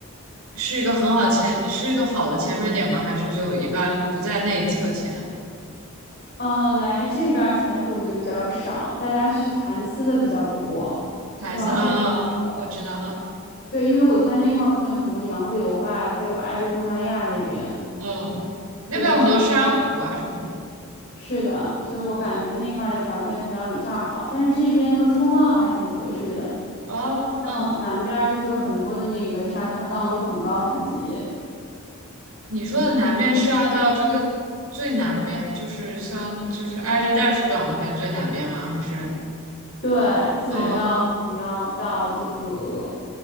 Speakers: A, on the right; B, on the left.
A: 是一个很好潜，是一个好的潜水点吗？还是就一般不在内侧潜？
B: 嗯、来这边儿潜水我觉得比较少，大家去坎斯的比较多，就是往北边儿走。
A: 还是嗯嗯，我知道，
B: 对，因为我猜那块儿可能有很多洋流吧，它又挨着东南亚那边，
A: 嗯嗯，那边有很多珊瑚啊什么的。
B: 对，所以是的，所以我感觉那块儿的条件可能要比这儿好，
A: 嗯
B: 但是这边就冲浪还挺合适的。
A: 哦，
B: 像南边儿就是有很多的那个沙滩浪都很高很急，
A: 嗯。你说的南边是要到这个最南边，就是像就是挨着袋鼠岛那边最南边吗？还是？
B: 对，基本上你要到这个，
A: 哦，